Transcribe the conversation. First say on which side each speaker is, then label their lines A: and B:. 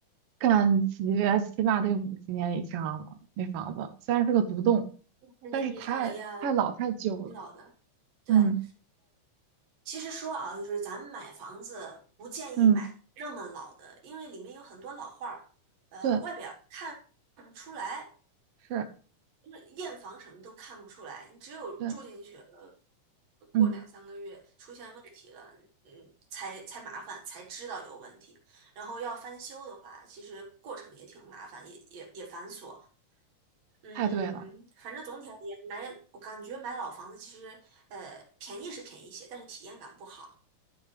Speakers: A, on the right; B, on the right.
A: 感觉起码得五十年以上了，那房子虽然是个独栋，
B: 十年以上呀，
A: 但是太太老太旧了。
B: 嗯挺老的。对，
A: 嗯
B: 呃，其实说啊，就是咱们买房子不建议买那么老的，
A: 嗯，
B: 因为里面有很多老话儿，呃，
A: 对，
B: 外表看不出来，
A: 是，
B: 因为验房什么都看不出来，你只有住进去了，
A: 对，
B: 过两三个月出现问题了，
A: 嗯，
B: 嗯，才才麻烦，才知道有问题。然后要翻修的话，其实过程也挺麻烦，也也也繁琐。嗯，
A: 太对了，
B: 反正总体而言，买我感觉买老房子其实，呃，便宜是便宜些，但是体验感不好。